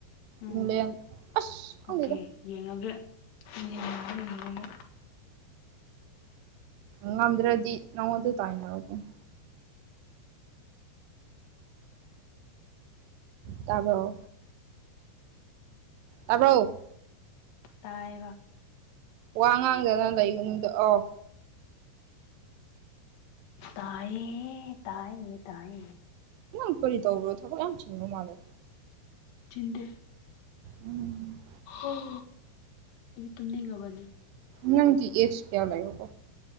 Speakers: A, on the left; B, on the right.
A: ꯎꯝ
B: ꯏꯪꯂꯦꯟ ꯑꯁ ꯈꯪꯗꯦꯗ꯫
A: ꯑꯣꯀꯦ ꯌꯦꯡꯉꯒꯦ ꯃꯤ ꯌꯦꯡꯒ ꯌꯦꯡꯉꯒꯦ꯫
B: ꯉꯝꯗ꯭ꯔꯗꯤ ꯅꯪꯉꯣꯟꯗ ꯇꯥꯏꯅꯔꯛꯇꯣꯏ꯫ ꯇꯥꯕꯔꯣ ꯇꯥꯔꯕꯣ
A: ꯇꯥꯏꯕ
B: ꯋꯥ ꯉꯥꯡꯗꯅ ꯂꯩꯒꯅꯨꯗ ꯑꯣ꯫
A: ꯇꯌꯦ ꯇꯥꯏꯌꯦ ꯇꯌꯦ
B: ꯅꯪ ꯀꯔꯤ ꯇꯧꯕ꯭ꯔꯣ ꯊꯕꯛ ꯌꯥꯝ ꯆꯤꯟꯕꯣ ꯃꯥꯜꯂꯦ
A: ꯆꯤꯟꯗꯦ
B: ꯎꯝ
A: ꯍꯣꯏ ꯑꯩꯗꯤ ꯇꯨꯝꯅꯤꯡꯉꯕꯅꯤ꯫
B: ꯅꯪ ꯑꯦꯁ ꯀꯌꯥ ꯂꯩꯦꯣ